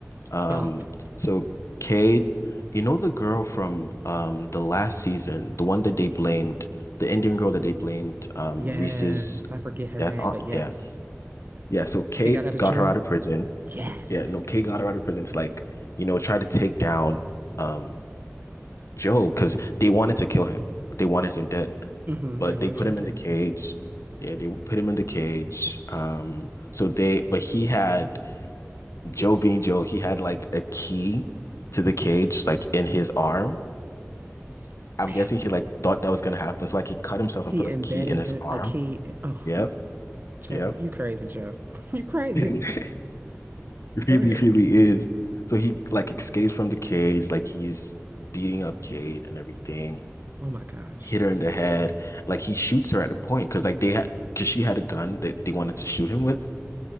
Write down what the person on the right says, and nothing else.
Stop.
Yes.
I forget her
name,
but yes.
She got out of
jail?
Yes.
hmm
They wanted
Joe
dead.
Spit.
He
embedded
him,
a key. Oh,
Joe,
you crazy, Joe. <laughs> you crazy.
Go
ahead.
Oh my gosh.